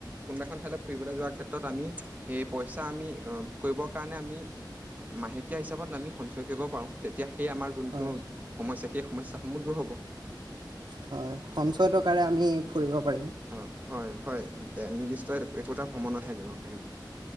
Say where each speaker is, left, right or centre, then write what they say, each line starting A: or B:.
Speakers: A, on the right (about 20°); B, on the right (about 75°).
A: কোনোবা এখন ঠাইলৈ ফুৰিবলৈ যোৱাৰ ক্ষেত্ৰত আমি এই পইচা আমি কৰিবৰ কাৰণে আমি। <unintelligible> মাহেকীয়া হিচাপত আমি সঞ্চয় কৰিব পাৰো তেতিয়া। সেই আমাৰ যোনটো
B: হয়
A: সমস্যাৰ সেই সমস্যা সমূহ দূৰ হ'ব।
B: হয় সঞ্চয় টকাৰে আমি। কৰিব পাৰিম
A: অ' হয় হয় এ নিৰ্দিষ্ট একোটা ভ্ৰমণতহে থাকিব পাৰিম।